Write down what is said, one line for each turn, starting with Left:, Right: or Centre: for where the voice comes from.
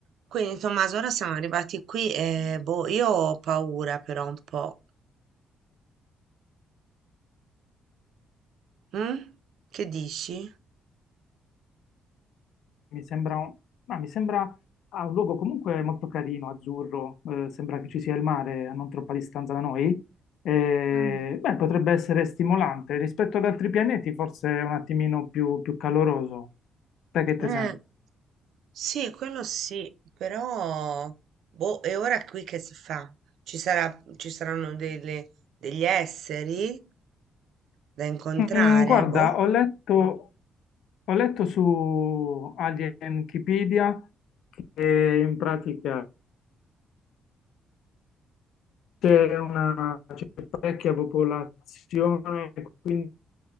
Right: Quindi Tommaso, ora siamo arrivati qui e boh, io ho paura però un po'. Mm? Che dici?
Left: Mi sembra, un- ma mi sembra ah, un luogo comunque molto carino, azzurro, eh, sembra che ci sia il mare a non troppa distanza da noi. Eh,
Right: Mm.
Left: beh, potrebbe essere stimolante. Rispetto ad altri pianeti, forse è un attimino più, più caloroso. Sai che te
Right: Eh,
Left: sembra?
Right: sì, quello sì, però boh, e ora qui che si fa? Ci sarà, ci saranno delle- degli esseri da incontrare,
Left: Mm, guarda,
Right: boh?
Left: ho letto, ho letto su Alienkipedia e in pratica c'è una c'è parecchia popolazione, quindi